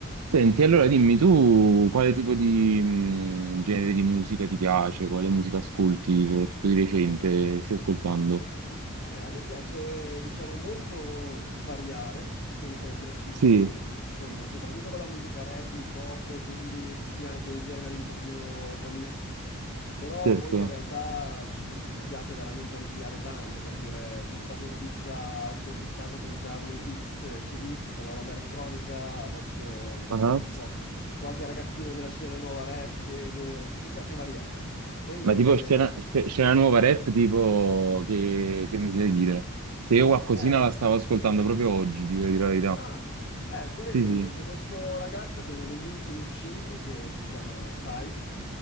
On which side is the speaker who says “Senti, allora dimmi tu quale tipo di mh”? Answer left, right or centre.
Right